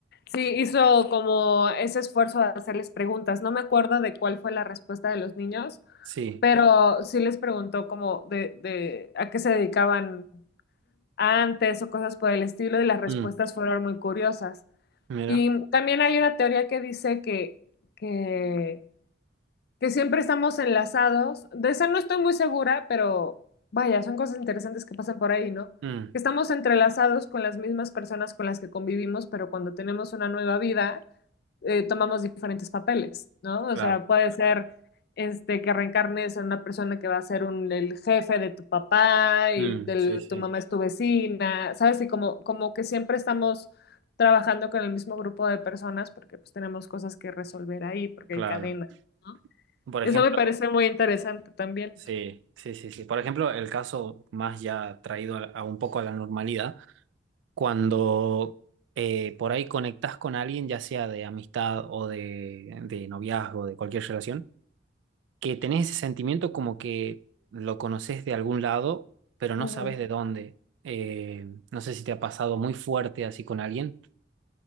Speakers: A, on the left (about 55°); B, on the right (about 75°).
A: Sí, hizo como ese esfuerzo de hacerles preguntas. No me acuerdo de cuál fue la respuesta de los niños,
B: Sí.
A: pero sí les preguntó como de, de a qué se dedicaban antes o cosas por el estilo y las respuestas
B: Mm,
A: fueron muy curiosas.
B: mira.
A: Y también hay una teoría que dice que, que que siempre estamos enlazados. De esa no estoy muy segura, pero vaya, son cosas interesantes que pasan por ahí, ¿no?
B: Mm,
A: Que estamos entrelazados con las mismas personas con las que convivimos, pero cuando tenemos una nueva vida, eh, tomamos diferentes papeles, ¿no?
B: claro.
A: O sea, puede ser este, que reencarnes en una persona que va a ser un, el jefe de tu papá y
B: Mm,
A: del,
B: sí, sí,
A: tu mamá es tu vecina, ¿sabes? Y como, como que siempre estamos trabajando con el mismo grupo de personas porque pues tenemos cosas que resolver ahí, porque
B: claro.
A: hay cadenas. ¿no?
B: Por ejemplo,
A: Eso me parece muy interesante también.
B: sí, sí, sí, sí. Por ejemplo, el caso más ya traído a, a un poco a la normalidad, cuando eh, por ahí conectás con alguien, ya sea de amistad o de, de noviazgo, de cualquier relación que tenés ese sentimiento como que lo conoces de algún lado, pero no
A: Ujú.
B: sabes de dónde. Eh, no sé si te ha pasado muy fuerte así con alguien.